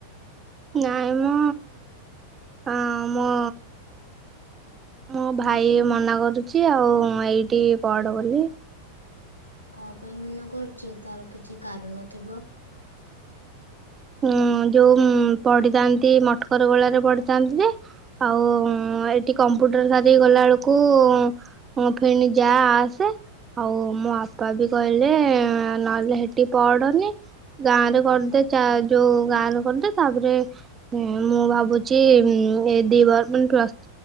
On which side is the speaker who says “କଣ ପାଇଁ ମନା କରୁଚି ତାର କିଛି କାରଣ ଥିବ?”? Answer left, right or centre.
Left